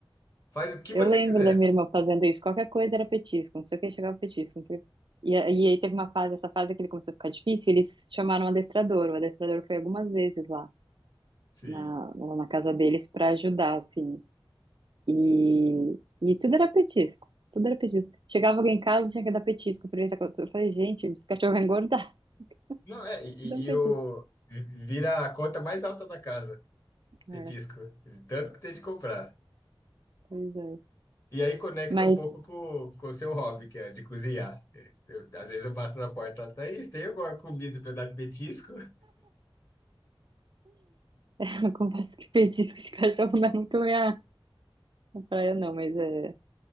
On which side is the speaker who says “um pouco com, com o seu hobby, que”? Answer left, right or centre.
Left